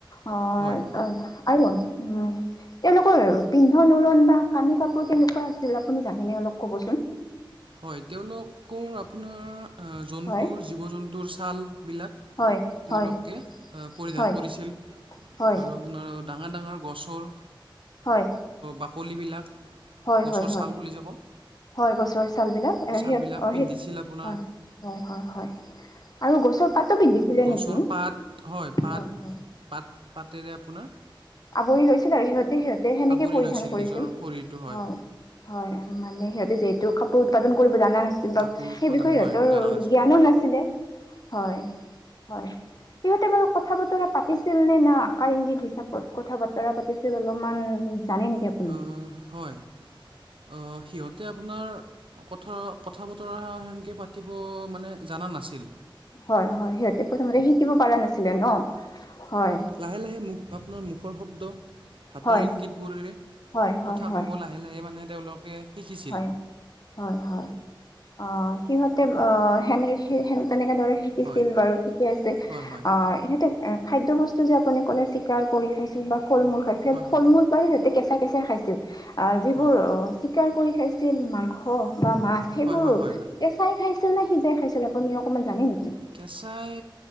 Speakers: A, on the left (about 50°); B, on the right (about 80°).
A: অ',
B: হয়
A: আৰু, হয়। তেওঁলোকৰ পিন্ধন উৰণ বা কানি কাপোৰ কেনেকুৱা আছিল আপুনি জানেনে অলপ ক'বচোন।
B: হয় তেওঁলোকৰ আপোনাৰ জন্তুৰ
A: হয়
B: জীৱ জন্তুৰ ছালবিলাক।
A: হয়
B: তেওঁলোকে
A: হয়
B: পৰিধান
A: হয়
B: কৰিছিল
A: হয়
B: আৰু আপোনাৰ। ডাঙাৰ ডাঙাৰ গছৰ
A: হয়
B: বাকলিবিলাক
A: হয়
B: গছৰ
A: হয় হয়
B: ছাল বুলি যে কওঁ।
A: হয় গছৰ ছাল বিলাক এ
B: ছালবিলাক
A: সে, অ', সেই
B: পিন্ধিছিল আপোনাৰ
A: অ', হয় হয় হয়। আৰু গছৰ পাতো পিন্ধিছিলে
B: গছৰ
A: নেকি?
B: পাত পাত
A: হয় হয়।
B: পাত পাতেৰে আপোনাৰ
A: বৈ লৈছিল আৰু সিঁহতে সিহঁতে সেনেকে
B: আৱৰি
A: পৰিধান
B: লৈছিল
A: কৰিছিল
B: নিজৰ শৰীৰটো হয়
A: অ',। হয় মানে সিহঁতে যিহেতু কাপোৰ উৎপাদন কৰিব জানা নাছ বা
B: কাপোৰ উৎপাদন
A: সেই বিষয়ে সহঁতৰ
B: হয় জানা নাছিল
A: জ্ঞানো নাছিলে, হয়। হয় সিহঁতে বাৰু কথা বতৰা পাতিছিল নে না আকাৰ ইংগিত হিচাপত কথা বতৰা পাতিছিল অলপমান জানে নেকি আপুনি
B: অ', হয় অ', সিহঁতে আপোনাৰ কথা, কথা বতৰা সেনকে পাতিব মানে জানা নাছিল।
A: হয় হয়, সিহঁতে প্ৰথমতে শিকিব পাৰা নাছিলে ন? হয়।
B: লাহে লাহে মুখ আপোনাৰ মুখৰ শব্দ হাতৰ
A: হয়
B: ইংগিতবোৰেৰে
A: হয় হয়
B: কথা
A: হয়
B: ক'ব লাহে লাহে মানে তেওঁলোকে শিকিছিল
A: হয়। হয় হয়, অ', সিহঁতে অ', সেনেলিছি সেন তেনেকা দৰে কিছিল
B: হয়
A: বাৰু ঠিকে আছে
B: হয় হয়
A: অ', ইহঁতে খাদ্যবস্তু যে আপুনি ক'লে চিকাৰ কৰি খাইছিল বা ফল মূল খাই,
B: হয়
A: ফল
B: হয়
A: মূল বাৰু সিহঁতে কেঁচা কেঁচাই খাইছিল। আহ যিবোৰ
B: হয়
A: অ', চিকাৰ কৰি খাইছিল মাংস বা মাছ সেইবোৰ
B: হয় হয় হয় হয়
A: চাই খাইছিল নে সিজাই খাইছিল আপুনি অকণমান জানে নেকি?
B: কেঁচাই